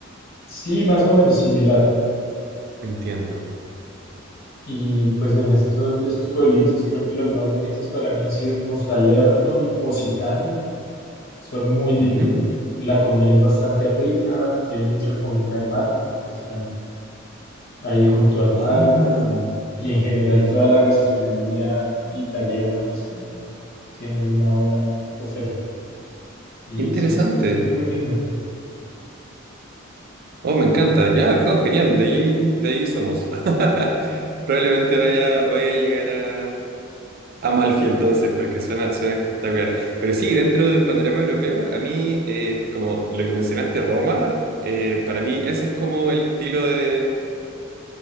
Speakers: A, on the left; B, on the right.
A: sí, más o menos similar.
B: Entiendo.
A: Y pues en estos, estos pueblitos creo que los más bonitos para mí han sido como Salerno y Positano. Son muy lindos.
B: Ujú.
A: La comida es bastante rica, tienen mucha comida de mar, pues porque están ahí junto al mar
B: Ah.
A: y, y en general toda la gastronomía italiana pues también tienen una buena oferta. Y
B: Interesante.
A: sí, es, es es muy lindo.
B: Oh, me encanta. Ya, oh, genial. De allí, de ahí somos. <laughs> Probablemente vaya, vaya a llegar a, a Malfi entonces, porque suena, suena espectacular. Pero sí, dentro del panorama europeo, a mí, eh, como lo que mencionaste, Roma, eh, para mí ese es como el estilo de